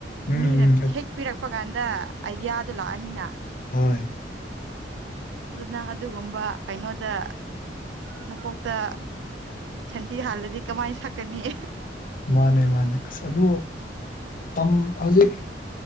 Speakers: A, on the left (about 50°); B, on the right (about 80°).
A: ꯎꯝ
B: ꯃꯤꯅ
A: ꯎꯝ
B: ꯍꯦꯛ ꯄꯤꯔꯛꯄ ꯀꯥꯟꯗ ꯑꯥꯏꯗꯤꯌꯥꯗꯨ ꯂꯥꯛꯑꯅꯤꯅ
A: ꯍꯣꯏ
B: ꯑꯗꯨ ꯅꯪ ꯑꯗꯨꯒꯨꯝꯕ ꯀꯩꯅꯣꯗ ꯅꯀꯣꯛꯇ ꯁꯟꯊꯤ ꯍꯥꯟꯂꯗꯤ ꯀꯃꯥꯏ ꯁꯛꯀꯅꯤ
A: ꯃꯥꯅꯦ ꯃꯥꯅꯦ ꯑꯁ ꯑꯗꯨ ꯇꯝ ꯍꯧꯖꯤꯛ